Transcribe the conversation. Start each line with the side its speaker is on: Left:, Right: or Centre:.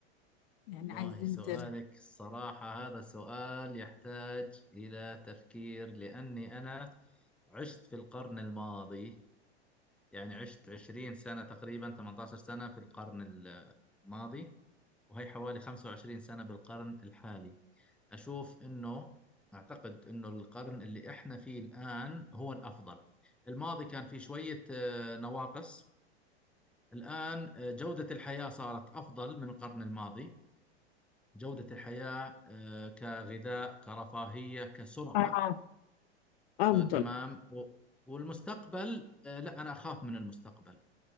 Left: يعني
Centre: والله
Left: عايزين
Centre: سؤالك
Left: ترى
Centre: الصراحة هذا سؤال يحتاج إلى تفكير لأني أنا عشت في القرن الماضي يعني عشت 20 سنة تقريبا 18 سنة في القرن الماضي وهي حوالي 25 سنة بالقرن الحالي أشوف أنه أعتقد أنه القرن اللي إحنا فيه الآن هو الأفضل الماضي كان فيه شوية آه، نواقص الآن آه، جودة الحياة صارت أفضل من القرن الماضي جودة الحياة آه، كغذاء كرفاهية كسرعة
Left: اه افضل
Centre: آه، تمام و- والمستقبل آه، لا أنا أخاف من المستقبل